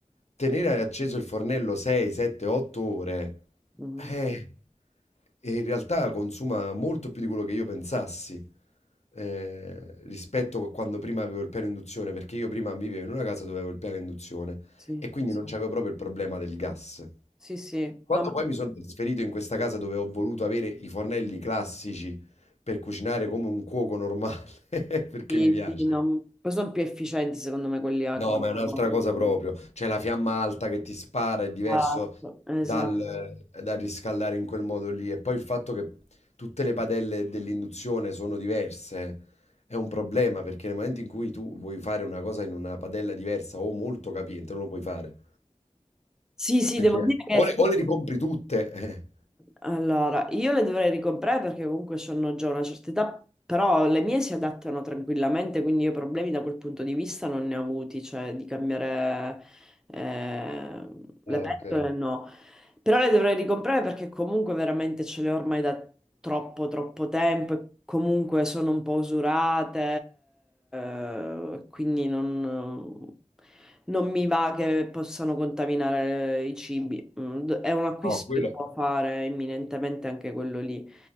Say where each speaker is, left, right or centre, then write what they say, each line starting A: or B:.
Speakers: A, on the left; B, in the centre.
A: tenere acceso il fornello 6, 7, 8 ore,
B: Mhm.
A: eh, e in realtà consuma molto più di quello che io pensassi eh, rispetto a quando prima avevo il piano induzione, perché io prima vivevo in una casa dove avevo il piano induzione
B: Sì,
A: e quindi non c'avevo proprio il problema del gas.
B: sì, sì.
A: Quando
B: No, ma
A: poi mi sono trasferito in questa casa dove ho voluto avere i fornelli classici per cucinare come un cuoco normale, <laughs> perché
B: sì,
A: mi piace.
B: sì, no. Poi sono più efficienti secondo me quelli a
A: No,
B: quelli-
A: ma è un'altra
B: no.
A: cosa proprio. Cioè la fiamma alta che ti spara è diverso
B: Esatto, esatto.
A: dal, dal riscaldare in quel modo lì. E poi il fatto che tutte le padelle dell'induzione sono diverse è un problema perché nel momento in cui tu vuoi fare una cosa in una padella diversa o molto capiente, non lo puoi fare.
B: Sì, sì,
A: Perché
B: devo dire
A: o
B: che
A: le, o le ricompri tutte. <laughs> eh.
B: allora io le dovrei ricomprare perché comunque sono già una certa età, però le mie si adattano tranquillamente, quindi io problemi da quel punto di vista non ne ho avuti, cioè di cambiare eh, le
A: Ah,
B: pentole
A: ok.
B: no. Però le dovrei ricomprare perché comunque veramente ce le ho ormai da troppo, troppo tempo e comunque sono un po' usurate, eh, quindi non, non mi va che possano contaminare i cibi. Mm, d- È un acquisto
A: <laughs> No, quello.
B: che devo fare imminentemente anche quello lì.